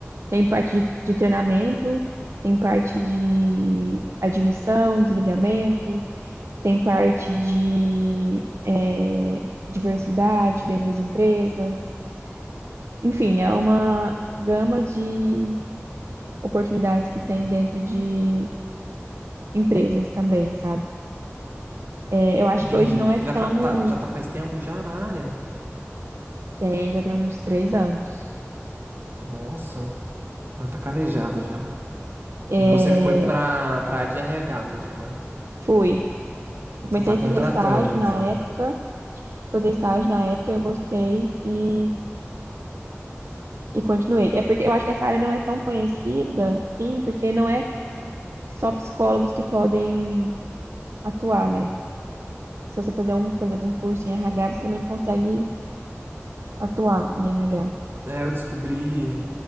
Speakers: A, on the right; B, on the right.
A: tem parte de, de treinamento, tem parte de admissão, desligamento, tem parte de é, diversidade dentro das empresas. Enfim, é uma gama de oportunidades que tem dentro de empresas também, sabe? É, eu acho
B: Entendi.
A: que hoje não
B: Você
A: é
B: já,
A: tão.
B: fa- tá, já tá faz tempo já na área?
A: Tem, já tem uns três anos.
B: Nossa, ela tá calejada já.
A: É,
B: E você foi pra, pra área de RH mesmo, né?
A: Fui. Eu
B: Você
A: comecei
B: tá
A: a
B: contratando,
A: fazer estágio
B: então.
A: na época, fui fazer estágio na época, eu gostei e, e continuei. É porque eu acho que essa área não é tão conhecida, sim, porque não é só psicólogos que podem atuar, né? Se você fazer um, por exemplo, um curso em RH, você também consegue atuar em RH.
B: É, eu descobri